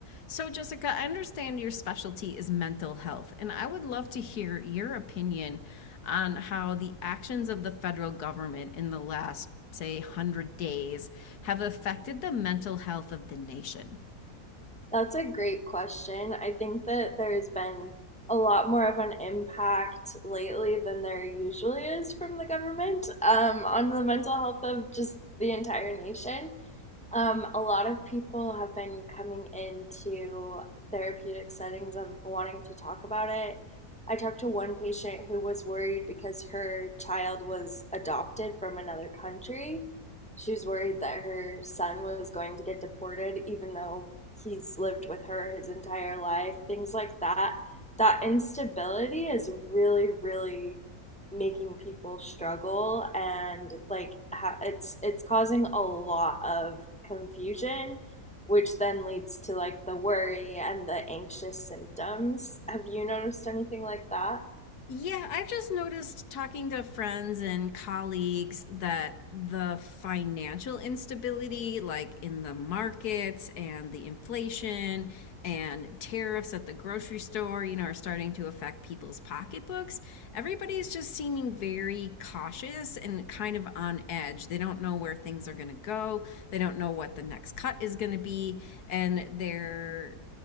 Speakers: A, on the left; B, in the centre.
A: So, Jessica, I understand your specialty is mental health, and I would love to hear your opinion on how the actions of the federal government in the last, say, 100 days have affected the mental health of the nation.
B: That's a great question. I think that there's been a lot more of an impact lately than there usually is from the government um, on the mental health of just the entire nation. Um, a lot of people have been coming into therapeutic settings and wanting to talk about it. I talked to one patient who was worried because her child was adopted from another country. She was worried that her son was going to get deported, even though he's lived with her his entire life, things like that. That instability is really, really making people struggle and like ha- it's it's causing a lot of confusion which then leads to like the worry and the anxious symptoms have you noticed anything like that
A: Yeah, I've just noticed talking to friends and colleagues that the financial instability, like in the markets and the inflation and tariffs at the grocery store, you know, are starting to affect people's pocketbooks. Everybody's just seeming very cautious and kind of on edge. They don't know where things are going to go, they don't know what the next cut is going to be, and they're